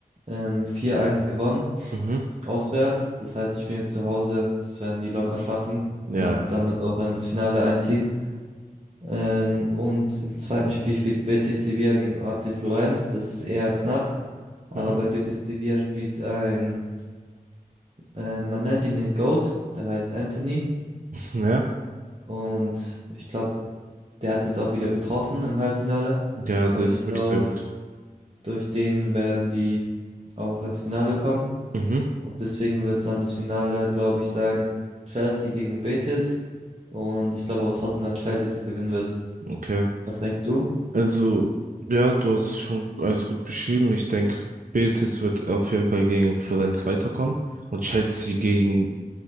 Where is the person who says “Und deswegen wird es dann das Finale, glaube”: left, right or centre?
Right